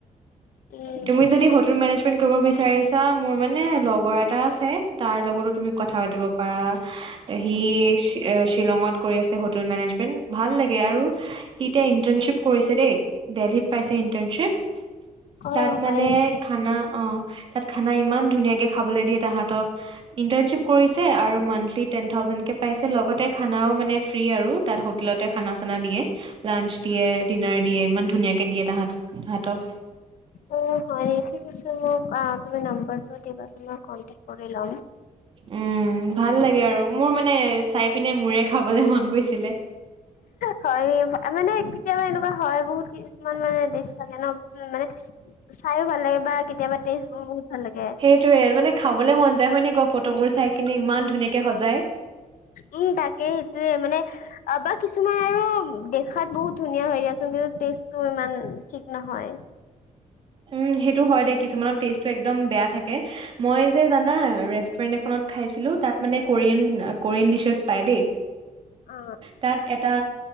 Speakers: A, on the left (about 85°); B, on the right (about 40°).
A: উম,
B: তুমি যদি হোটেল মেনেজমেন্ট কৰিব বিচাৰিছা মোৰ মানে লগৰ এটা আছে। তাৰ লগতো তুমি কথা পাতিব পাৰা। সি শি এ শি শ্বিলঙত কৰি আছে হোটেল মেনেজ- মেণ্ট ইমান ভাল লাগে আৰু সি এতিয়া ইণ্টাৰ্ণশ্বিপ কৰিছে দেই দেলহিত পাইছে ইণ্টাৰ্ণশ্বিপ।
A: অ',
B: তাত মানে
A: হয় নেকি?
B: খানা অ তাত খানা ইমান ধুনীয়াকে খাবলে দিয়ে তাহাঁতক ইন্টাৰনশ্বিপ কৰিছে আৰু মন্থলী টেন থাউজেণ্ডকে পাইছে লগতে খানাও মানে ফ্ৰী আৰু তাত হোটেলতে খানা চানা দিয়ে। লাঞ্চ দিয়ে, ডিনাৰ দিয়ে ইমান ধুনীয়াকে দিয়ে তাহাঁত তাহাঁতক।
A: অ', হয় নি ঠিক আছে মোক আ, তোমাৰ নাম্বাৰটো দিবা চোন মই কন্টেক্ট কৰি লম।
B: উম ভাল লাগে আৰু মোৰ মানে চাই পিনে মোৰে খাবলে মন গৈছিলে।
A: হয় ই <unintelligible> মানে কেতিয়াবা এনেকুৱা হয় বহুত কি কিছুমান মানে দিছ থাকে ন উম মানে চায়ো ভাল লাগে বা কেতিয়াবা টেষ্ট বহুত ভাল লাগে।
B: টোৱেই মানে খাবলে মন যায় হয় নে কোৱা ফটোবোৰ চাই কিনে ইমান ধুনীয়াকে সজায়।
A: উম তাকে সেটোয়ে মানে আ, বা কিছুমান আৰু দেখাত বহুত ধুনীয়া হয় দিয়াচোন কিন্তু টেষ্টটো ইমান ঠিক নহয়।
B: উম সেইটো হয় দেই কিছুমানৰ টেষ্টটো একদম বেয়া থাকে। মই যে জানা ৰেচ ষ্টুৰেণ্ট এখনত খাইছিলোঁ তাত মানে কৰিয়ান আ, কৰিয়ান ডিছেছ পাই দেই।
A: অ
B: তাত এটা